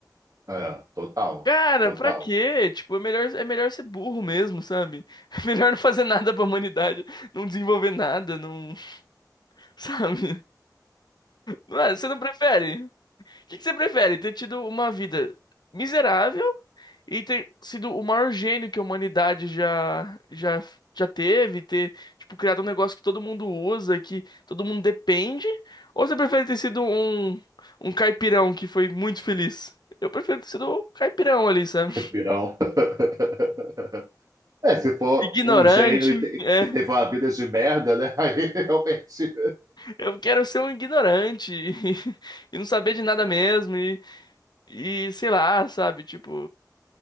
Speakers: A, on the right (about 55°); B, on the left (about 75°).
A: é, total,
B: Cara,
A: total,
B: pra quê? Tipo, é melhor, é melhor ser burro mesmo, sabe? É melhor não fazer nada pra humanidade, não desenvolver nada, não, <laughs> sabe? Não é? Você não prefere? O que que você prefere? Ter tido uma vida miserável e ter sido o maior gênio que a humanidade já, já, já teve, ter, tipo, criado um negócio que todo mundo usa, que todo mundo depende? Ou você prefere ter sido um, um caipirão que foi muito feliz? Eu prefiro ter sido um caipirão ali, sabe?
A: pirão. <laughs> É, se for
B: Ignorante,
A: um gênio e te-
B: é.
A: e teve uma vida de merda, né? <laughs> Aí, realmente,
B: Eu quero ser um ignorante e, <laughs> e não saber de nada mesmo e, e sei lá, sabe? Tipo,